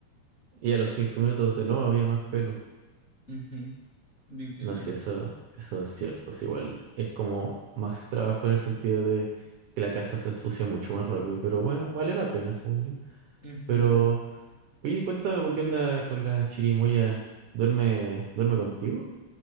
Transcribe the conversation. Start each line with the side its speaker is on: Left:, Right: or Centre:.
Right: Y a los cinco minutos de nuevo había más pelo.
Left: Ujú, Literal.
Right: No, sí, eso, eso es cierto. sí, igual es como más trabajo en el sentido de que la casa se ensucia mucho más rápido, pero bueno, vale la pena, según yo.
Left: Ujú.
Right: Pero, oye, cuéntame, ¿por qué onda con la chirimoya? ¿Duerme, duerme contigo?